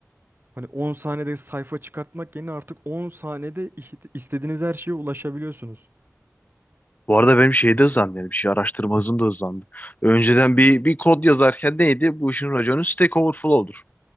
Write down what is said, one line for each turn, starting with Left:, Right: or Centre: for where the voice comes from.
Right: Hani 10 saniyede sayfa çıkartmak yerine artık 10 saniyede istediğiniz her şeye ulaşabiliyorsunuz.
Left: Bu arada benim şey de hızlandı yani bir şey araştırma hızım da hızlandı. Önceden bir, bir kod yazarken neydi? Bu işin raconu Stack Overflow'dur.